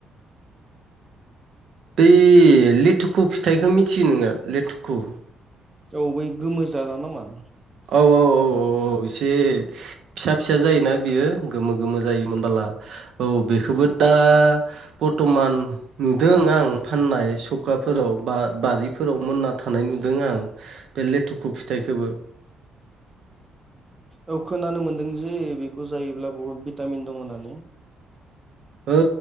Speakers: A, on the right (about 65°); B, on the right (about 20°).
A: बै लेथुखु फिथाइखौ मिथियो नोङो लेथुखु
B: औ बै गोमो जादा नामा
A: औ औ औ औ औ एसे फिसा फिसा जायोना बियो गोमो गोमो जायोमोन बाला औ बेखौबो दा बर्थ'मान नुदों आं फाननाय सखाफोराव बा बारिफोराव मोनना थानाय नुदों आं बे लेथुखु फिथाइखोबो
B: औ खोनानो मोन्दों जे बेखौ जायोब्ला बुहुत भिटामिन दङ होननानै
A: औ